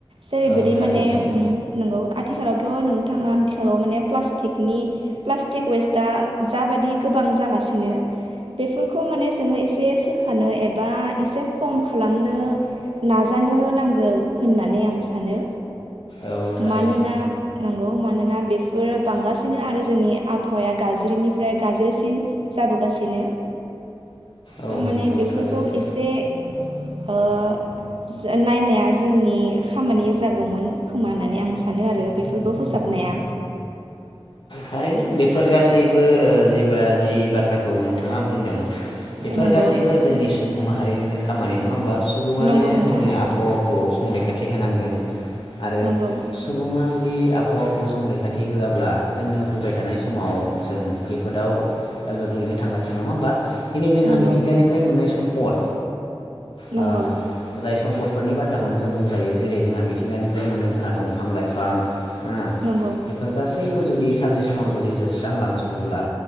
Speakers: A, on the right (about 75°); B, on the left (about 60°).
A: जेरैबादि
B: औ थारैनो
A: माने उम आथिखालावथ नोंथाङा मिथिखागौ माने प्लास्टिकनि प्लास्टिक वेस्टआ जाबादि गोबां जागासिनो बेफोरखौ माने जोङो एसे सोखानो एबा एसे खम खालामनो नाजानो नांगौ होननानै आं सानो।
B: औ थारैनो
A: मानोना नंगौ मा नोना बेफोरो बांगासिनो आरो जोंनि आबहावाया गाज्रिनिफ्राय गाज्रिसिन जाबोगासिनो।
B: औ
A: तामाने
B: नंगौ
A: बेफोरखौ
B: थारैनो
A: इसे ओ सो नायनाया जोंनि खामानि जागोमोन। खोमा होननानै आं सानो आरो बेफोरखौ फोसाबनाया।
B: थारैनो बेफोर गासैबो ओ जेबा जि बाथ्राखौ नोंथाङा बुंदों। बेफोर
A: नंगौ
B: गासैबो जोंनि सुबुं माहारिनिनो खामानि नङा ओमबा? सुबुङानो
A: नंगौ नोंथां
B: जोङो आबहावाखौ संरैखाथि होनांगोन। आरो
A: नंगौ
B: सुबुङा जु <unintelligible> आबहावाखौ संरैखाथि होआब्ला जोंनो फैबाय थानाय समाव जों खैफोदाव गोग्लैनो थांगासिनो नङा ओमबा? दिनै जोंहा
A: नंगौ
B: मिथिंगानिफाय मोननाय सम्पद
A: नंगौ
B: ओ जाय सम्पत फोरनि बाथ्राखौनो जों बुंजायो जेरै जोंहा मिथिंगानिफ्राय मोनो जोंहा दंफां लाइफां ओ
A: नंगौ
B: बेफोर गासै बो जुदि सानसे समाव जुदि जोबस्रांलांजोबोब्ला